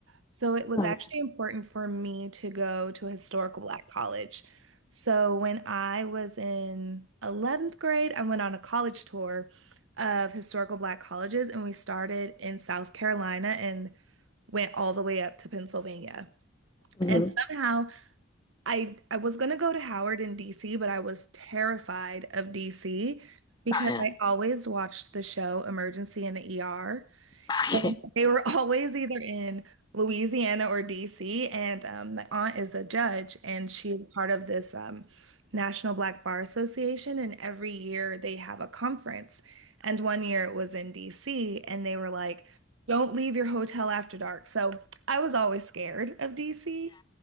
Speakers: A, on the right; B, on the left.
A: So it was
B: Oh,
A: actually important for me to go to a historical black college. So when I was in 11th grade, I went on a college tour of historical black colleges, and we started in South Carolina and went all the way up to Pennsylvania.
B: hmm
A: And somehow I I was going to go to Howard in DC, but I was terrified of DC because
B: oh yeah.
A: I always watched the show Emergency in the ER.
B: Okay.
A: And They were <laughs> always either in Louisiana or DC. And um, my aunt is a judge, and she is part of this um, National Black Bar Association. And every year they have a conference. And one year it was in DC, and they were like, "Don't leave your hotel after dark." So I was always scared of DC.